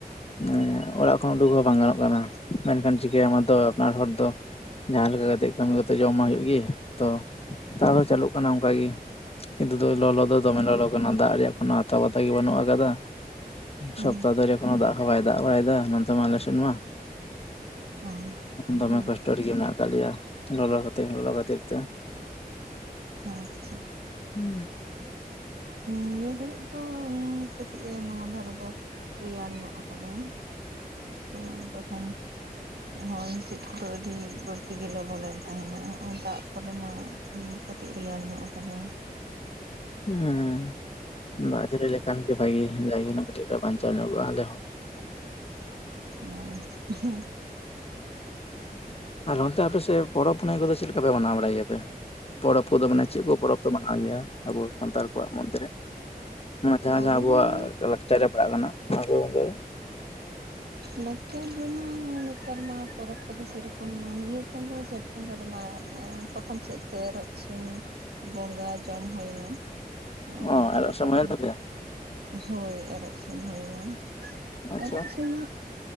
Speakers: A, on the left; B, on the right.
A: ᱢᱟᱱᱮ ᱚᱲᱟᱜ ᱠᱷᱚᱱ ᱩᱰᱩᱠᱚᱜ ᱦᱚᱸ ᱵᱟᱝ ᱜᱟᱱᱚᱜ ᱠᱟᱱᱟ ᱾ ᱢᱮᱱᱠᱷᱟᱱ ᱪᱤᱠᱟᱭᱟᱢ ᱟᱫᱚ ᱟᱯᱱᱟᱨ ᱦᱚᱲ ᱫᱚ, ᱡᱟᱦᱟᱸ ᱞᱮᱠᱟ ᱠᱟᱛᱮᱜ ᱠᱟᱹᱢᱤ ᱠᱟᱛᱮ ᱡᱳᱢ ᱢᱟ ᱦᱩᱭᱩᱜᱤ ᱛᱚ ᱾ ᱱᱮᱛᱟᱨᱦᱚᱸ ᱫᱚ ᱪᱟᱹᱞᱩᱜ ᱠᱟᱱᱟ ᱚᱱᱠᱟ ᱜᱮ, ᱠᱤᱱᱛᱩ ᱞᱚᱞᱚ ᱫᱚ ᱫᱚᱢᱮ ᱞᱚᱞᱚ ᱠᱟᱱᱟ ᱫᱟᱜ ᱨᱮᱭᱟᱜ ᱠᱚᱱ ᱞᱚᱛᱟ ᱯᱟᱛᱟ ᱜᱮ ᱵᱟᱹᱱᱩᱜ ᱟᱠᱟᱫᱟ ᱾
B: ᱚ
A: ᱥᱚᱯᱛᱟᱦ ᱫᱟᱨᱮ ᱠᱚᱱᱳ ᱫᱟᱜ ᱦᱚᱸ ᱵᱟᱭ ᱫᱟᱜ ᱵᱟᱲᱟᱭᱮᱫᱟ ᱱᱚᱛᱮ ᱢᱟ ᱟᱞᱮ ᱥᱮᱫ ᱢᱟ
B: ᱦᱮᱸ ᱦᱮᱸ
A: ᱫᱚᱢᱮ ᱠᱚᱥᱴᱚ᱾ ᱨᱮ ᱜᱮ ᱢᱮᱱᱟᱜ ᱟᱠᱟᱫ ᱞᱮᱭᱟ ᱞᱚᱞᱚ ᱠᱟᱛᱮ ᱞᱚᱞᱚ ᱠᱷᱟᱹᱛᱤᱨ ᱛᱮ᱾
B: ᱟᱪᱪᱷᱟ᱾
A: ᱦᱩᱸ
B: ᱱᱤᱭᱟᱹ ᱜᱷᱟᱹᱲᱤᱡ ᱫᱚ ᱠᱟᱹᱴᱤᱡ ᱮ ᱱᱚᱣᱟ ᱫᱷᱟᱨᱮ ᱫᱚ ᱨᱮᱭᱟᱲ ᱧᱚᱜ ᱠᱟᱫᱟ ᱛᱚ ᱛᱚᱠᱷᱚᱱ ᱦᱚᱭ ᱦᱤᱥᱤᱫ ᱠᱚᱫᱚ ᱟᱹᱰᱤ ᱵᱟᱹᱲᱛᱤ ᱜᱮ ᱞᱚᱞᱚ ᱞᱮᱱ ᱛᱟᱦᱮᱱᱟ ᱦᱚᱜ ᱚᱭ ᱫᱟᱜ ᱯᱚᱨᱮ ᱢᱟ ᱠᱟᱹᱴᱤᱡ ᱨᱮᱭᱟᱲ ᱧᱚᱜ ᱠᱟᱫᱟ᱾
A: ᱦᱩᱸ ᱫᱟᱜᱡᱟᱹᱲᱤ ᱞᱮᱠᱷᱟᱱ ᱜᱮ ᱵᱷᱟᱜᱤ ᱡᱟᱭᱜᱮ ᱱᱟ ᱵᱟᱧᱪᱟᱣ ᱧᱚᱜ-ᱟ ᱟᱞᱮ ᱦᱚᱸ᱾
B: ᱦ <unintelligible>
A: ᱟᱨ ᱱᱚᱱᱛᱮ ᱟᱯᱮ ᱥᱮᱫ ᱯᱚᱨᱚᱵ ᱯᱩᱱᱟᱹᱭ ᱠᱚ ᱫᱚ ᱪᱮᱫ ᱞᱮᱠᱟ ᱯᱮ ᱢᱟᱱᱟᱣ ᱵᱟᱲᱟᱭ ᱜᱮᱭᱟᱯᱮ? ᱯᱚᱨᱚᱵᱽ ᱠᱚᱫᱚ ᱢᱟᱱᱮ ᱪᱮᱫ ᱠᱚ ᱯᱚᱨᱚᱵᱽ ᱫᱚ ᱢᱟᱱᱟᱣ ᱜᱮᱭᱟ ᱟᱵᱚ ᱥᱟᱱᱛᱟᱲ ᱠᱚᱣᱟᱜ ᱢᱚᱫᱽᱫᱷᱮᱨᱮ? ᱚᱱᱟ ᱡᱟᱦᱟᱸ
B: ᱯᱚᱨᱚᱵᱽ
A: ᱡᱟᱦᱟᱸ ᱟᱵᱚᱣᱟᱜ
B: ᱢᱟ
A: ᱞᱟᱠᱪᱟᱨ ᱨᱮ ᱯᱟᱲᱟᱜ ᱠᱟᱱᱟ ᱚᱱᱟ ᱠᱚᱜᱮ᱾
B: ᱞᱟᱪᱟᱨ ᱨᱮᱢᱟ ᱱᱮᱛᱟᱨ ᱢᱟ ᱯᱚᱨᱚᱵᱽ ᱠᱚᱫᱚ ᱥᱮᱨᱚᱠᱚᱢ ᱢᱟ ᱱᱤᱭᱟᱹ ᱪᱟᱸᱫᱳ ᱵᱚᱸᱜᱟ ᱨᱮᱢᱟ ᱯᱨᱚᱛᱷᱚᱢ ᱥᱮᱫ ᱛᱮ ᱮᱨᱚᱜ ᱥᱤᱢ ᱵᱚᱸᱜᱟ ᱡᱚᱢ ᱦᱳᱭ ᱱᱟ᱾
A: ᱚ
B: ᱚᱱᱟ
A: ᱮᱨᱚᱜ
B: ᱫᱚ
A: ᱥᱚᱢᱚᱭᱮᱱ
B: ᱯᱨᱚᱛᱷᱚᱢᱮᱫ
A: ᱛᱟᱯᱮᱭᱟ
B: ᱦᱳᱭ ᱮᱨᱚᱜ ᱥᱤᱢ ᱦᱳᱭᱱᱟ᱾
A: ᱟᱪᱪᱷᱟ
B: ᱮᱨᱚᱜ ᱥᱤᱢ